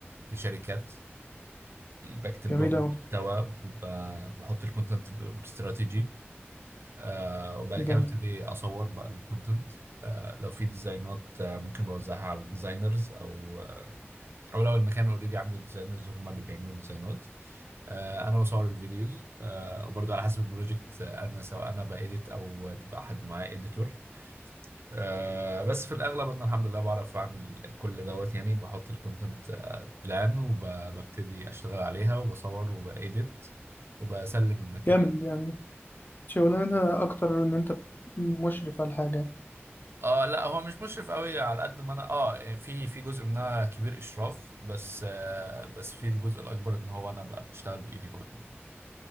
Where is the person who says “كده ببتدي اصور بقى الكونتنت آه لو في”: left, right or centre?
Right